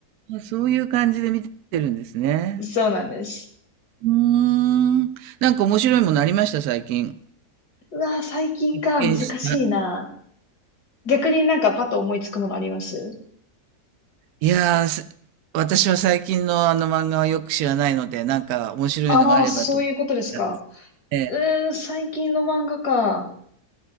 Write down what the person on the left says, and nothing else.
そうなんです。
うわー、最近か、
難しいな。逆になんかパッと思いつくものあります
ああー、そういうことですか。
うーん、最近の漫画か。